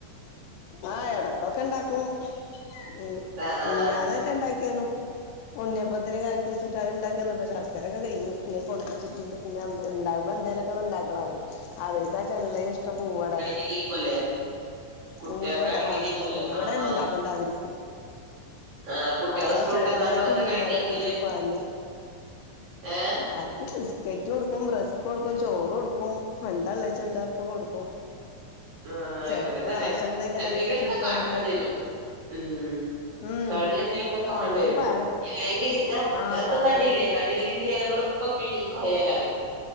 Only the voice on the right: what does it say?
ആ ആ
ലീവുല്ലേ കുട്ടികൾക്കാണെങ്കി
ലീവുല്ലേ
ആ ആ
ആ കുട്ടികള്
സ്കൂളിട്ടന്നാലും
എന്താ
കഴി- കഴിക്കല്
ഏ
ആഹ്
ഇവിടെം തന്നെ
എന്തെങ്കിലക്ക
കാടിയാണ്ടിയില
ഉ ഉം
കടിയൻ എന്തങ്കിലും ഒക്കെ
വാണ്ടി വരും
ഇല്ലെങ്കിൽ ഞാൻ
എർത്തും
കടിയില്ലേ കടിയില്ലെങ്കിൽ ഞങ്ങള് ഇപ്പം പീടിക്ക് കൊയാരാറീം